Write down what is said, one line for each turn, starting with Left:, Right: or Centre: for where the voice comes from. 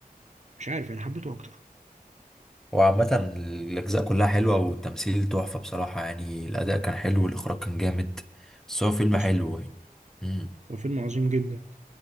Right: عارف يعني حبيته اكتر
Centre: هو عامة الأجزاء كلها حلوة والتمثيل تحفة بصراحة يعني الأداء كان حلو والإخراج كان جامد بس هو فيلم
Right: حصل
Centre: حلو يعني امم
Right: هو فيلم عظيم جدا